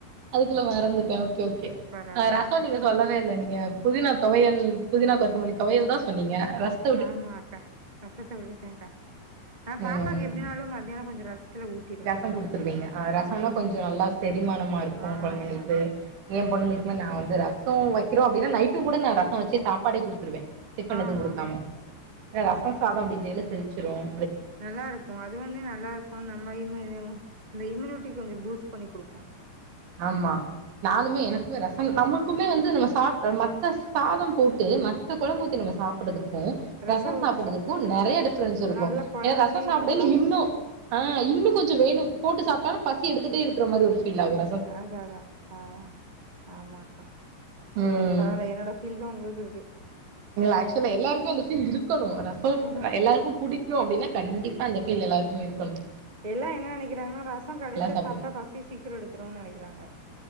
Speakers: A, on the right; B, on the right.
A: அதுக்குள்ள மறந்துட்டேன் ஓகே ஓகே
B: பரவால
A: ரசம்
B: பரவாலக்கா.
A: நீங்க சொல்லவே இல்ல நீங்க புதினா தொவையல் புதினா கொத்தமல்லி தொவையல் தான் சொன்னீங்க ரசம்
B: ஆமா அக்கா ரசத்த விட்டுட்டேன்க்கா நா
A: ம்.
B: பாப்பாக்கு எப்படினாலும் மத்தியானம் கொஞ்சம் ரசத்துல ஊட்டிருவேன்
A: ரசம்
B: அக்கா.
A: குடுத்துருவீங்க அ ரசம்னா
B: ம்.
A: கொஞ்சம் நல்லா செரிமானமா இருக்கும்
B: ஆ
A: குழந்தைளுக்கு
B: ஆமாக்கா.
A: ஏன் பொண்ணுங்களுக்குமே நா வந்து ரசம் வைக்கிறோம் அப்படின்னா நைட்டும் கூட நா ரசம் வச்சு சாப்பாடே குடுத்துருவேன் டிஃபன்
B: ஆ
A: எதுவும் குடுக்காம
B: ஆ.
A: ஏன்ன ரசம் சாதம் அப்படின்றதல செரிச்சிரும்
B: நல்லா இருக்கும் அது வந்து நல்லா இருக்கும் நம் மைமத இந்த இம்யூனிட்டி கொஞ்சம் பூஸ்ட் பண்ணி குடுக்கும்
A: ஆமா நானுமே எனக்கு ரசம் நம்ம க்குமே வந்து நம்ம சாப்ட மத்த சாதம் போட்டு மத்த கொழம்பு ஊத்தி நம்ம சாப்ட்றதுக்கும்
B: ரசோ
A: ரசம்
B: ஊத்தி
A: சாப்ட்டுறதுக்கும்
B: சாப் ஆ
A: நெறைய டிஃப்ரென்ஸ் இருக்கும்
B: நல்லா கொழப்பி
A: ஏன்னா ரசம் சாப்பிடல
B: நல்லா
A: இன்னும் ஆ இன்னும் கொஞ்சம் வேணும்
B: ம்
A: போட்டு சாப்பிட்டான பசி எடுத்துட்டே இருக்க மாதிரி ஒரு ஃபீல் ஆகுற
B: அதா அதான் ஆ ஆமாக்கா
A: ம்
B: பரவாயில்ல என்னோட கில்டும் உங்களுக்குக்கு இருக்கு
A: ஆக்சுவலா எல்லாருமே அந்த ஃபீல் இருக்கணும் ரசம்
B: ம்
A: எல்லாருக்கும் பிடி க்கும் அப்டின்னா கண்டிப்பா அந்த ஃபீல் எல்லாருக்குமே இருக்கணும்
B: எல்லா என்ன நினைக்கிறாங்கன்னா ரசம் கடைசியா
A: சாப்டுவே
B: சாப்ட்டா பசி சீக்கிரம் எடுத்துரும்னு நெனைக்கிறாங்க